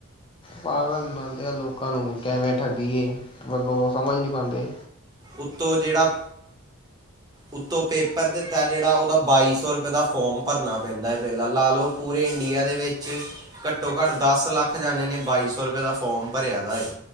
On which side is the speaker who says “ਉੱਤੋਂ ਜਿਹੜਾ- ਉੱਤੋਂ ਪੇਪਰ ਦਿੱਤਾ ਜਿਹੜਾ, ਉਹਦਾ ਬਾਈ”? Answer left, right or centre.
Right